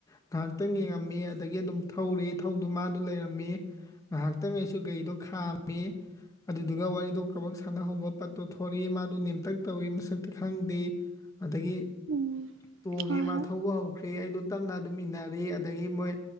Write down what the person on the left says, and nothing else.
ꯉꯥꯏꯍꯥꯛꯇꯪ ꯌꯦꯡꯉꯝꯃꯤ ꯑꯗꯒꯤ ꯑꯗꯨꯝ ꯊꯧꯔꯤ ꯊꯧꯗꯨ ꯃꯥꯗꯨ ꯂꯩꯔꯝ ꯃꯤ ꯉꯥꯏꯍꯥꯛꯇꯪ ꯑꯩꯁꯨ ꯒꯥꯔꯤꯗꯣ ꯈꯥꯝꯃꯤ ꯑꯗꯨꯗꯨꯒ ꯋꯥꯔꯤꯗꯣ ꯀꯕꯛ ꯁꯥꯟꯅꯍꯧꯕ ꯄꯠꯇꯣ ꯊꯣꯔꯛꯏ ꯃꯥꯗꯣ ꯅꯦꯝꯇꯛ ꯇꯧꯏꯤ ꯃꯁꯛꯇꯤ ꯈꯪꯗꯦ ꯑꯗꯒꯤ
ꯇꯣꯡꯉꯦ
ꯃꯥ
ꯊꯧꯕ ꯍꯧꯈ꯭ꯔꯦ ꯕꯦ ꯑꯩꯗꯣ ꯇꯞꯅ ꯑꯗꯨꯝ ꯏꯟꯅꯔꯦ ꯑꯗꯒꯤ ꯃꯣꯏ